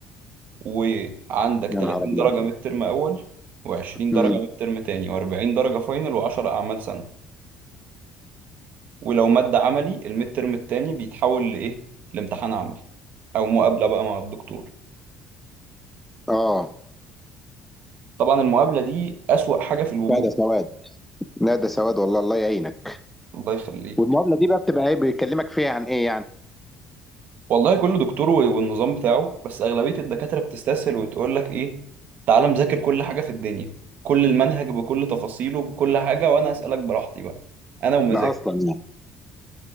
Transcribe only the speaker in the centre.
يا
نهار ابيض
امم
اه
لا ده سواد لا ده سواد والله الله يعينك
والمقابله دي بقى بتبقى ايه بيكلمك فيها عن ايه يعني
ده اصلا يعني